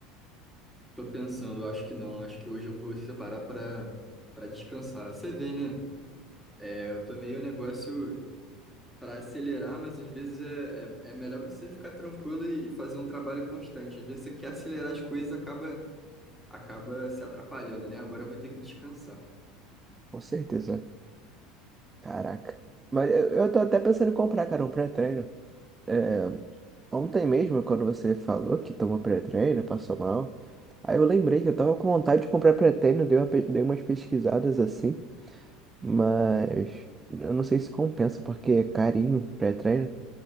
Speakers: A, in the centre; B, on the right.
A: Tô pensando, acho que não. Acho que hoje eu vou separar pra para descansar. Você vê, né? É, eu tomei o negócio pra acelerar, mas às vezes é, é, é melhor você ficar tranquilo e, e fazer um trabalho constante. Às vezes você quer acelerar as coisas, acaba acaba se atrapalhando, né? Agora eu vou ter que descansar.
B: Com certeza. Caraca. Mas eu, eu tô até pensando em comprar, cara, um pré-treino. É, ontem mesmo, quando você falou que tomou pré-treino, passou mal, aí eu lembrei que eu tava com vontade de comprar pré-treino, dei uma, pe- dei umas pesquisadas assim, mas eu não sei se compensa, porque é carinho pré-treino.